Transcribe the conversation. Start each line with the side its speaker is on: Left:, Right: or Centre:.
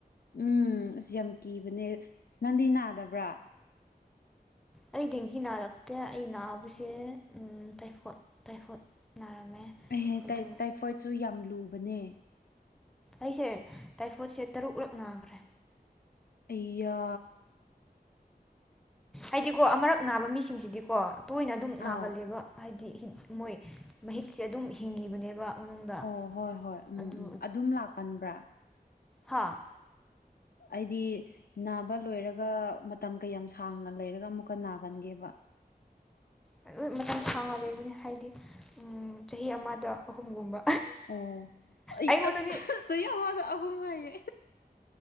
Left: ꯎꯝ ꯑꯁ ꯌꯥꯝ ꯀꯤꯕꯅꯦ ꯅꯪꯗꯤ ꯅꯥꯗꯕ꯭ꯔꯥ
Centre: ꯑꯩ ꯗꯦꯡꯒꯤ ꯅꯥꯔꯛꯇꯦ ꯑꯩ ꯅꯥꯕꯁꯦ ꯎꯝ ꯇꯥꯏꯐꯣꯠ ꯇꯥꯏꯐꯣꯠ ꯅꯥꯔꯝꯃꯦ
Left: ꯑꯩ
Centre: ꯑꯗꯨ
Left: ꯇꯥꯏ ꯇꯥꯏꯐꯣꯠꯁꯨ ꯌꯥꯝ ꯂꯨꯕꯅꯦ
Centre: ꯑꯩꯁꯦ ꯇꯥꯏꯐꯣꯏꯠꯁꯦ ꯇꯔꯨꯛꯔꯛ ꯅꯥꯒ꯭ꯔꯦ
Left: ꯑꯩꯌꯥ
Centre: ꯑꯩꯗꯤꯀꯣ ꯑꯃꯔꯛ ꯅꯥꯕ ꯃꯤꯁꯤꯡꯁꯤꯗꯤꯀꯣ ꯇꯣꯏꯅ ꯑꯗꯨꯝ ꯅꯥꯒꯜꯂꯦꯕ
Left: ꯑꯥꯎ
Centre: ꯍꯥꯏꯗꯤ ꯃꯣꯏ ꯃꯍꯤꯛꯁꯦ ꯑꯗꯨꯝ ꯍꯤꯡꯉꯤꯕꯅꯦꯕ ꯃꯅꯨꯡꯗ
Left: ꯑꯣ ꯍꯣꯏ ꯍꯣꯏ ꯎꯝ
Centre: ꯑꯗꯨ
Left: ꯎꯝ ꯑꯗꯨꯝ ꯂꯥꯛꯀꯟꯕ꯭ꯔꯥ
Centre: ꯍꯥꯥ
Left: ꯑꯩꯗꯤ ꯅꯥꯕ ꯂꯣꯏꯔꯒ ꯃꯇꯝ ꯀꯌꯥꯝ ꯁꯥꯡꯅ ꯂꯩꯔꯒ ꯑꯃꯨꯛꯀ ꯅꯥꯒꯟꯒꯦꯕ <inaudible>
Centre: <unintelligible> ꯃꯇꯝ ꯁꯥꯡꯅ ꯂꯩꯕꯅꯦ ꯍꯥꯏꯗꯤ ꯎꯝ ꯆꯍꯤ ꯑꯃꯗ ꯑꯍꯨꯝꯒꯨꯝꯕ
Left: ꯑꯣ ꯑꯩ
Centre: ꯑꯩꯉꯣꯟꯗꯗꯤ
Left: ꯑꯁ ꯆꯍꯤ ꯑꯃꯗ ꯑꯍꯨꯝ ꯍꯥꯢꯌꯦ